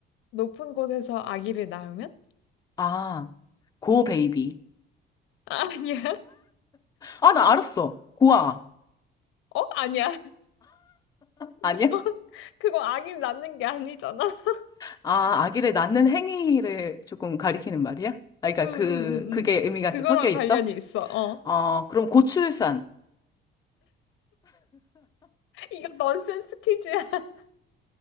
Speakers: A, on the left (about 85°); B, on the left (about 20°).
A: 높은 곳에서 아기를 낳으면? <laughs>
B: 아, 고 베이비.
A: 아, 아니야.
B: 아, 나 알았어. 고아.
A: 어? 아니야.
B: 아니야?
A: <laughs> 그거 아기 낳는 게 아니잖아. <laughs>
B: 아, 아기를 낳는 행위를 조금 가리키는 말이야? 아, 그러니까
A: 응, 응,
B: 그,
A: 응,
B: 그게
A: 응.
B: 의미가
A: 그거랑
B: 좀 섞여 있어?
A: 관련이 있어. 어.
B: 어, 그럼 고출산.
A: 이거 넌센스 퀴즈야. <laughs>